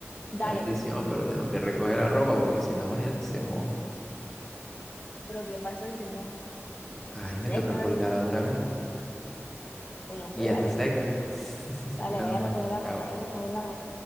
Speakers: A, on the left; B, in the centre.
A: Dale,
B: Una bendición,
A: pues.
B: pero tengo que recoger la ropa porque si no, imagínate, se moja.
A: Pero ¿qué pasa si se moja? si
B: Ay,
A: se
B: me
A: seca
B: toca
A: ahorita,
B: colgarla otra vez.
A: bueno,
B: Y
A: pues
B: ya
A: dale,
B: está seca. <laughs>
A: dale,
B: Bueno,
A: vaya a
B: pues.
A: recoger la ropa,
B: chao.
A: vaya a recoger la ropa.